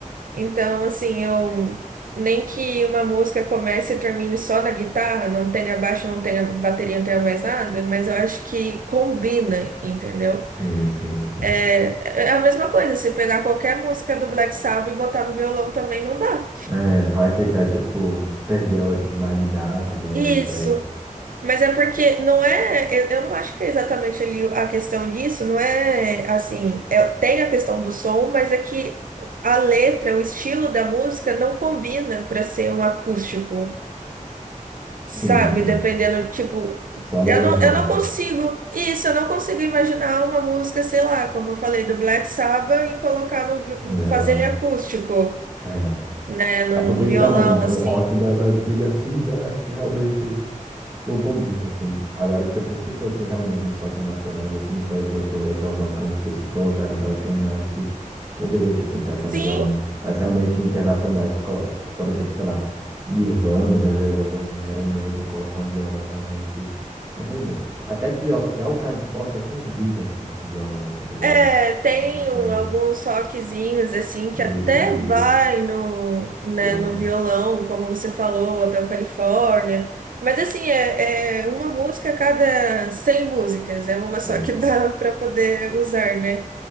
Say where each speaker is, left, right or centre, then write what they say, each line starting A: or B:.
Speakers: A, on the right; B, on the right.
A: Então, assim, eu nem que uma música comece e termine só na guitarra, não tenha baixo, não tenha bateria, não tenha mais nada, mas eu acho que combina, entendeu?
B: sim, sim.
A: É, é a mesma coisa, se pegar qualquer música do Black Sabbath e botar no violão também não dá.
B: É, vai ficar, tipo, perder a originalidade, né?
A: Isso,
B: De certo.
A: mas é porque não é, eu eu não acho que é exatamente ali a questão disso, não é assim, é- tem a questão do som, mas é que a letra, o estilo da música não combina para ser um acústico.
B: Sim,
A: Sabe,
B: sim.
A: dependendo, tipo,
B: Só Legião
A: eu não,
B: Urbana,
A: eu não
B: sim.
A: consigo, isso, eu não consigo imaginar uma música, sei lá, como eu falei, do Black Sabbath e colocar no, vi-
B: Violão.
A: um, fazer ele acústico,
B: É.
A: né, num
B: É porque esse
A: violão,
B: é um,
A: assim.
B: um rock das antigas, assim, né? Acho que realmente. Não combina, assim. Agora, tipo, se fosse realmente uns rock nacionais, assim, por exemplo, Legião Urbana, como você citou, Charlie Brown Jr., acho que poderia, tipo, encaixar
A: Sim,
B: um violão. Mas realmente internacionais, colo- por exemplo, sei lá, Nirvana, Guns N' Roses, Iron Maiden, colocar um violão realmente não tem muito. Até que Hotel Califórnia combina, assim, com violão, tá ligado?
A: é,
B: Tipo,
A: tem
B: Depende de
A: um-
B: alguns
A: alguns rockzinhos, assim,
B: do,
A: que até
B: dos Eagles,
A: vai
B: né?
A: no, né,
B: violão.
A: no violão, como você falou, Hotel Califórnia, mas assim, é, é uma música a cada 100 músicas, é uma
B: Sim.
A: só que dá <laughs> pra poder usar, né?